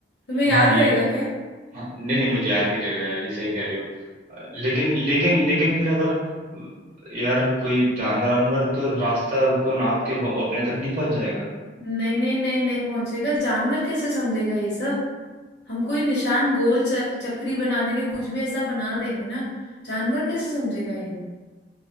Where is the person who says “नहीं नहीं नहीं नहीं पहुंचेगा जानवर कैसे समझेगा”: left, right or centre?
Left